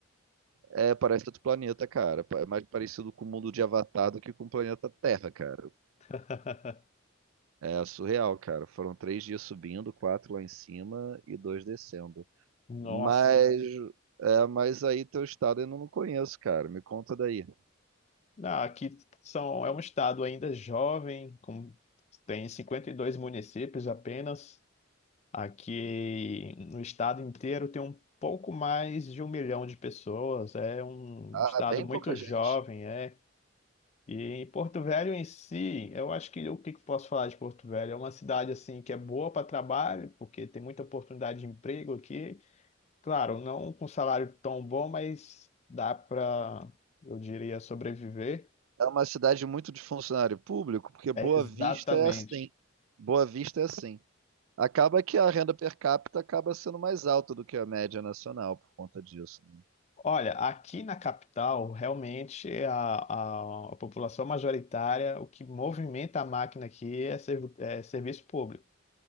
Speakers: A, on the right; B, on the left.
A: É, parece outro planeta, cara. Pa- É mais parecido com o mundo de Avatar do que com o planeta Terra, cara.
B: <laughs>
A: É surreal, cara. Foram três dias subindo, quatro lá em cima e dois descendo.
B: Nossa.
A: Mas, é, mas aí teu estado eu não conheço, cara. Me conta daí.
B: Ah, aqui são, é um estado ainda jovem, com, tem 52 municípios apenas. Aqui no estado inteiro tem um pouco mais de um milhão de pessoas. É um
A: Ah,
B: estado
A: bem
B: muito
A: pouca gente.
B: jovem, é. E em Porto Velho em si, eu acho que o que que eu posso falar de Porto Velho? É uma cidade assim que é boa para trabalho, porque tem muita oportunidade de emprego aqui. Claro, não com salário tão bom, mas dá para, eu diria, sobreviver.
A: É uma cidade muito de funcionário público, porque
B: É
A: Boa
B: exatamente.
A: Vista é assim. Boa Vista é assim. Acaba que a renda per capita acaba sendo mais alta do que a média nacional por conta disso. né?
B: Olha, aqui na capital, realmente a, a, a população majoritária, o que movimenta a máquina aqui é, servi- é serviço público.